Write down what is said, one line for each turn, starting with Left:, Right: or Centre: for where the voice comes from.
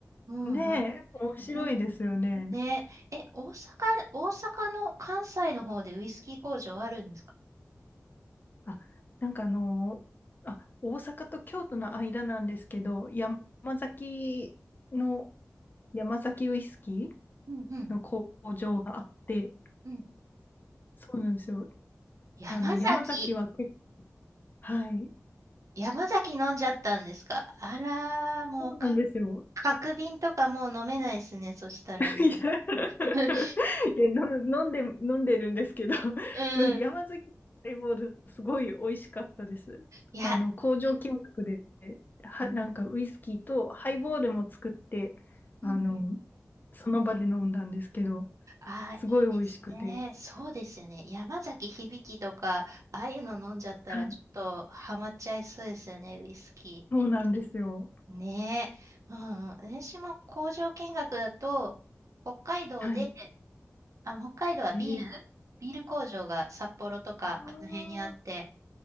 Right: うんうん。
Left: ねえ、面白いですよね。
Right: ね、ね、え、大阪、大阪の関西の方でウイスキー工場あるんですか
Left: あ、なんかあの、あ、大阪と京都の間なんですけど、山崎の、山崎ウイスキ
Right: うんうん
Left: ーの工場があって、
Right: うん。
Left: そうなんですよ。
Right: 山崎、
Left: あの、山崎はけ、はい。
Right: 山崎飲んじゃったんですかあらー、もうか、
Left: そうなんですよ。
Right: 角瓶とかもう飲めないですね、そしたらね。
Left: いや、<laughs>
Right: <laughs>
Left: いやの飲んで、飲んでるんですけど、<laughs>
Right: うん
Left: でも山崎ハイボール、すごい美味しかったです。
Right: いや、
Left: あの、工場見学で、は、
Right: うん。
Left: なんかウイスキーとハイボールも作って、あの、
Right: うんうん。
Left: その場で飲んだんですけど、
Right: ああ、
Left: すごい美味しくて。
Right: いいですね。そうですよね。山崎響とか、ああいうの飲んじゃったら、
Left: はい、
Right: ちょっとハマっちゃいそうですよね、ウイスキ
Left: そうなんですよ。
Right: ー。ねえ。うんうん。私も工場見学だと、北海道で、
Left: はい。
Right: あの、北海道はビール、
Left: ええ。
Right: ビール工場が札幌とか、
Left: ああ、
Right: あの辺にあって、